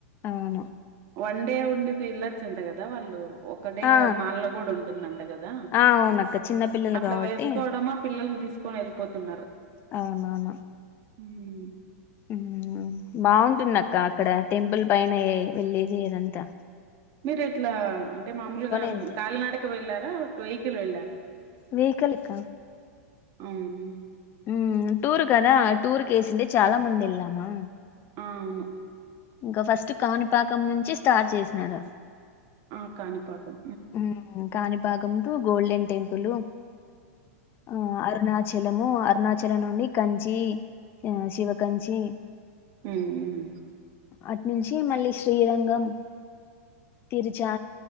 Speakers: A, on the left; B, on the right.
A: అవును
B: వన్ డే ఉండి పిల్లచాంట కదా వాళ్ళు ఒకడే
A: ఆ
B: మాల్లో కూడా ఉంటుందంట కదా
A: ఆ అవునక్క చిన్న పిల్లలు
B: అట్లా
A: కాబట్టి
B: వేస్కోవడమా పిల్లల్ని తీస్క్ పోనీ ఏల్పోతున్నారు
A: అవ్ననవ్ను
B: ఊమ్
A: ఊ బావుంటుంది అక్క అక్కడ టెంపుల్ పైన ఏ వెళ్ళేది ఏదంతా
B: మీర్ ఎట్లా అంటే మామూలుగా
A: వెళ్తారు
B: కాలనడక వెళ్ళారా వెహికిల్ వెళ్ళారా
A: వెహికల్ ఇక్క
B: అవును
A: ఉమ్ టూరు కదా టూర్ కేేసిందే చాలా మంది ఎల్లామా
B: అ అవును
A: ఇంక ఫస్ట్ కాణిపాకం నుంచి స్టార్ట్ చేసినారు.
B: ఆ కానిపాకం
A: ఊమ్ కాణిపాకం టు గోల్డెన్ టెంపులు ఆ అరుణాచలము అరుణాచలం నుండి కంచ్ చి శివకంచి
B: ఉ ఉమ్
A: అట్ నుంచి మళ్ళీ శ్రీరంగం తిరిచా